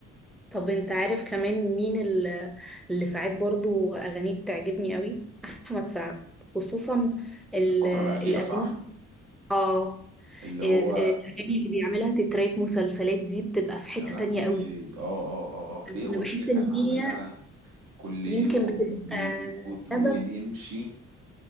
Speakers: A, in the centre; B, on the right.
A: طب انت عارف كمان مين ال- اللي ساعات برضو اغانيه بتعجبني قوي احمد سعد خصوصا ال-
B: الفتره الاخيره
A: الاغاني
B: صح
A: اه
B: اللي هو
A: إز- الاغاني اللي بيعملها تترات مسلسلات دي بتبقى في حتة
B: يا لهوي
A: تانية قوي
B: اه اه اه اه في اغنيه
A: انا بحس ان
B: كان عاملها
A: هي
B: كل يوم
A: يمكن بتبقى
B: بيفوت ونمشي
A: سبب